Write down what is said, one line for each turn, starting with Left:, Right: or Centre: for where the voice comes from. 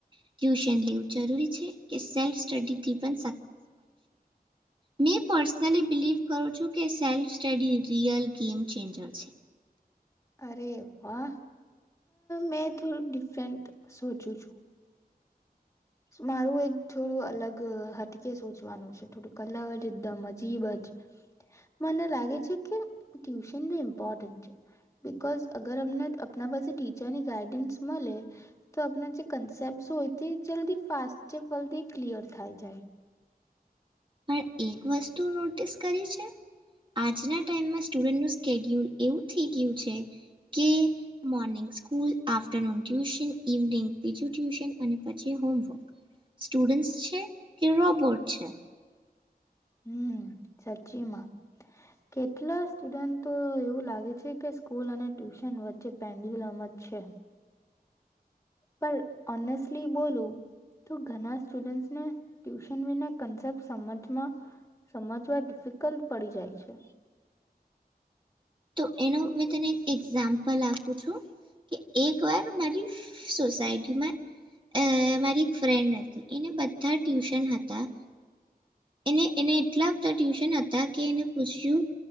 Right: ટ્યુશન લેવું જરૂરી છે કે સેલ્ફ સ્ટડીથી પણ મે પર્સનલી બિલીવ કરું છું કે self study real game changer છે
Left: અરે વાહ મેં થોડું ડિફરન્ટ સોજું છું મારું એક થોડું અલગ હટકે સોચવાનું છે થોડું અલગ જ એકદમ અજીબ જ મને લાગે છે કે ટ્યુશન બી ઇમ્પોર્ટન્ટ છે બિકઝ અગર અમને આપના પાસે ટીચરની ગાઈડન્સ મળે તો આપણા જે કન્સેપ્ટ હોય જે જલ્દી ફાસ્ટ છે ફલ્દી ક્લિયર થાય જાય
Right: પણ એક વસ્તુ નોટિસ કરી છે આજના ટાઈમમાં સ્ટુડન્ટનું સ્કેડ્યુલ એવું થઈ ગયું છે કે morning school afternoon tuition evening બીજું ટ્યુશન અને પછી હોમવર્ક સ્ટુડન્ટસ છે કે રોબોટ છે
Left: હમ સાચી માં કેટલા સ્ટુડન્ટ તો એવું લાગે છે કે સ્કૂલ અને ટ્યુશન વચ્ચે પેન્ડિલમત છે પણ ઓનેસ્ટલી બોલું તો ઘણા સ્ટુડન્ટસને ટ્યુશન વિના કન્સેપ્ટ સમજમાં સમજવા ડિફિકલ્ટ પડી જાય છે
Right: તો એનો મેં તને એક એક્ઝામ્પલ આપું છું કે એક વાર મારી સોસાયટીમાં મારી એક ફ્રેન્ડ હતી એને બધા ટ્યુશન હતા એને એને એટલા બધા ટ્યુશન હતા કે એને પૂછ્યું